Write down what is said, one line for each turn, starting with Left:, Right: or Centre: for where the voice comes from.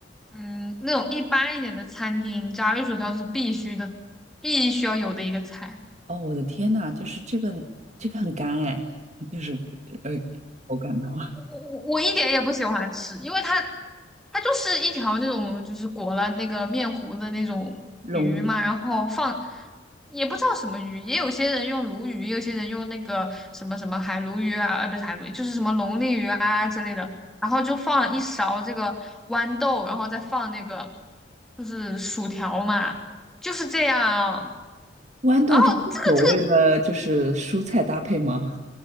Centre: 嗯那种一般一点的餐厅，炸鱼薯条是必须的，必须要有的一个菜。
Right: 哦，我的天呐，就是这个这个很干哎，就是呃口感的话，
Centre: 我我我一点也不喜欢吃，因为它它就是一条那种就是裹了那个面糊的那种鱼嘛，
Right: 龙利
Centre: 然后放也不知道什么鱼，也有些人用鲈鱼，也有些人用那个什么什么海鲈鱼啊，呃不是海鲈鱼，就是什么龙利鱼啊之类的，然后就放了一勺这个豌豆，然后再放那个就是薯条嘛，就是这样啊。
Right: 豌豆就是所谓的就是蔬菜搭配吗？
Centre: 然后这个这个，